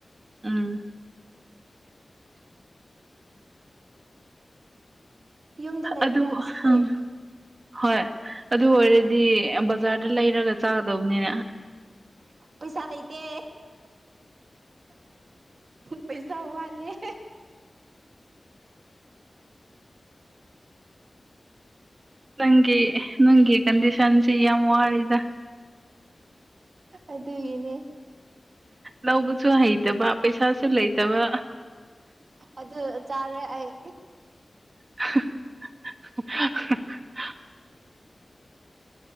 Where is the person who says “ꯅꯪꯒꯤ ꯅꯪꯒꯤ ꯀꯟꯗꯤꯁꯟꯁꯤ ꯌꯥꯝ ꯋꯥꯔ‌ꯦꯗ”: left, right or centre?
Right